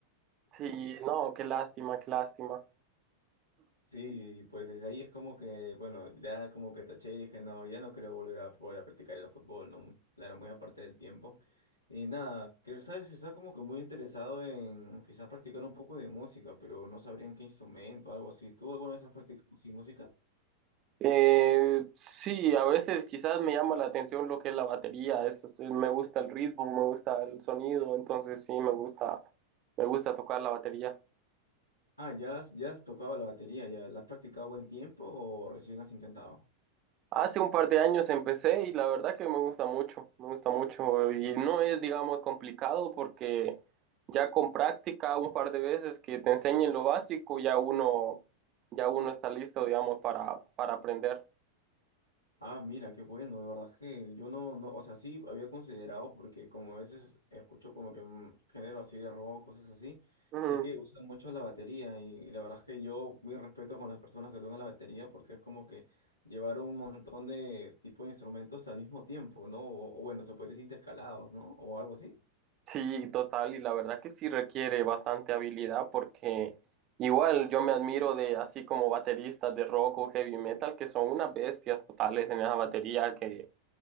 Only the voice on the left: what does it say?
Sí, pues desde ahí es como que, bueno, ya como que taché y dije, no, ya no creo volver a volver a practicar el fútbol, ¿no? Claro, muy aparte del tiempo. Y nada, creo, ¿sabes? Está como que muy interesado en quizás practicar un poco de música, pero no sabrían qué instrumento, algo así. ¿Tú alguna vez has practicado sí, música?
Ah, ya has, ya has tocado la batería, ¿ya la has practicado buen tiempo o recién has intentado?
Ah, mira, qué bueno, de verdad que yo no, no, o sea, sí había considerado, porque como a veces escucho como que mm, género así de rock, cosas así,
sé que Ujú. usan mucho la batería y, la verdad es que yo mi respeto con las personas que tocan la batería porque es como que llevar un montón de tipo de instrumentos al mismo tiempo, ¿no? O, o bueno, se puede decir intercalados, ¿no? O algo así.